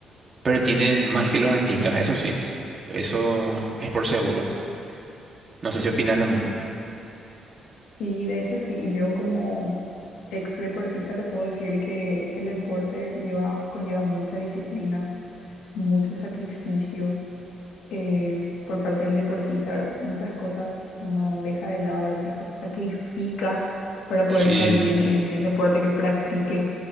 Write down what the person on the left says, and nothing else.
Y de hecho, sí, y yo como ex deportista te puedo decir que el deporte lleva, conlleva mucha disciplina, mucho sacrificio eh, por parte del deportista, ¿verdad? Muchas cosas uno deja de lado, ¿verdad? Muchas cosas sacrifica para poder
estar bien en el deporte que practique.